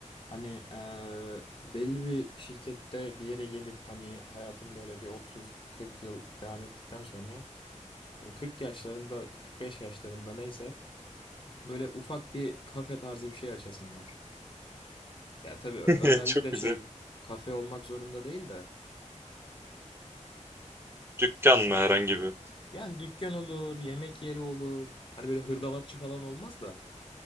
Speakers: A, on the left (about 40°); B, on the right (about 20°).
A: Hani eee, belli bir şirkette bir yere gelip hani hayatım böyle bir 30-40 yıl devam ettikten sonra hani 40 yaşlarında 45 yaşlarında neyse böyle ufak bir kafe tarzı bir şey açasım var. Ya tabii ö-
B: <laughs>
A: özellikle
B: Çok güzel.
A: şey kafe olmak zorunda değil de
B: Dükkan mı herhangi bir?
A: yani dükkan olur, yemek yeri olur. Hani böyle hırdavatçı falan olmaz da